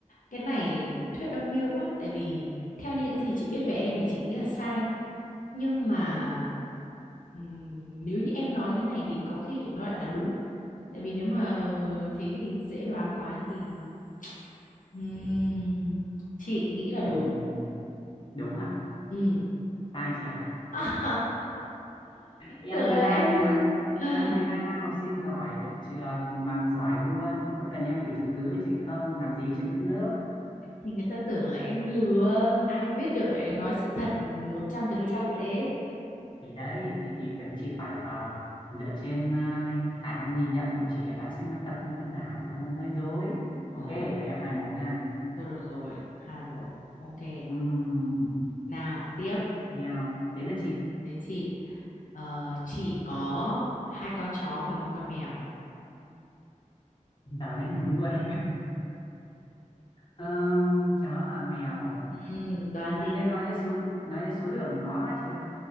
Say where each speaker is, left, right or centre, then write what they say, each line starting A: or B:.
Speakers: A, on the left; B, on the left.
A: cái này thuyết âm mưu quá tại vì theo như những gì chị biết về em thì chị nghĩ là sai nhưng mà ừm, nếu như em nói thế này thì có khi nó lại là đúng tại vì nếu mà thế thì dễ đoán quá thì ừm, chị nghĩ là đúng
B: Ừm, đúng à
A: ừ
B: sai chị ạ
A: <laughs>
B: em
A: tưởng
B: 12
A: là em
B: 12
A: <sighs>
B: em 12 năm học sinh giỏi của trường bằng giỏi luôn có cần em gửi chứng cứ cho chị không làm gì chuyện đút lớp
A: thì người ta tưởng là em lừa ai biết được lại nói sự thật một trăm phần
B: thì
A: trăm
B: em,
A: thế
B: thì đấy thì thì phải, chị phải là dựa trên à, khả năng nhìn nhận của chị để đoán xem nói thật hay nói giả à nó nói dối
A: Ồ.
B: ok vậy em hai một nha
A: Thôi được rồi, hai một Ok.
B: Ừm,
A: Nào, tiếp.
B: tiếp theo đấy là
A: Ừ.
B: chị
A: Đến chị. Ờ, chị có hai con chó và một con mèo.
B: giờ đến thú nuôi <laughs> um, chó và mèo
A: Ừm, đoán
B: nói
A: đi.
B: nếu nói đến số nói đến số lượng thì khó quá chị ơi